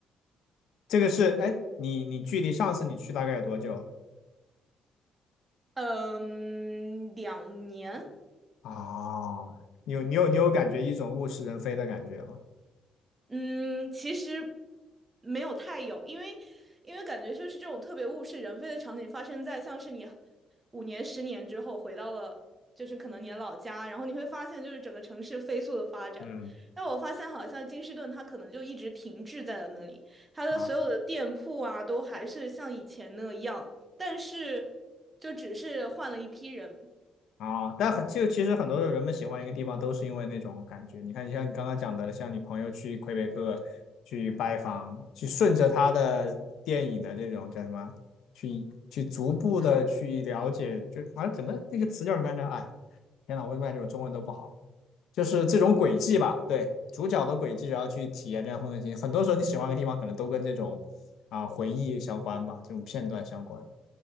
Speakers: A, on the left; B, on the right.
A: 这个是，哎，你你距离上次你去大概有多久了？
B: 嗯，两年。
A: 啊，你有你有你有感觉一种物是人非的感觉吗？
B: 嗯，其实没有太有，因为因为感觉就是这种特别物是人非的场景发生在像是你五年、十年之后回到了就是可能你的老家，然后你会发现就是整个城市飞速的发展。
A: 嗯
B: 但我发现好像金士顿它可能就一直停滞在了那里，它的所有的店铺啊都还是像以前那样，
A: 啊
B: 但是就只是换了一批人。
A: 啊，但很就其实很多人们喜欢一个地方都是因为那种感觉。你看，像你刚刚讲的，像你朋友去魁北克去拜访，去顺着他的电影的这种叫什么，去去逐步的去了解，就啊怎么那个词叫什么来着？哎，天呐，我感觉我中文都不好，就是这种轨迹吧，对，主角的轨迹，然后去体验这样的风景。很多时候你喜欢一个地方，可能都跟这种啊回忆相关吧，这种片段相关。